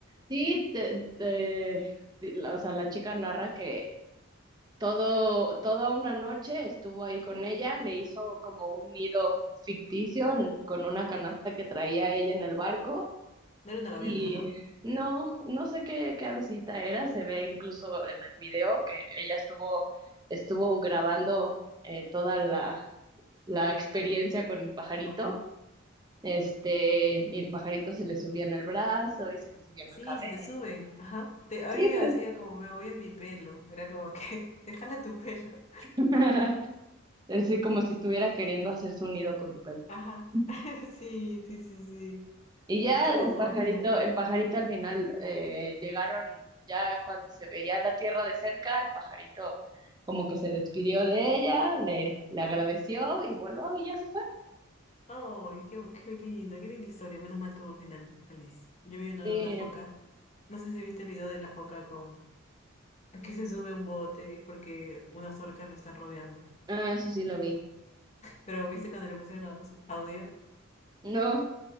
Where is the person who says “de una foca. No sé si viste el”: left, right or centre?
Left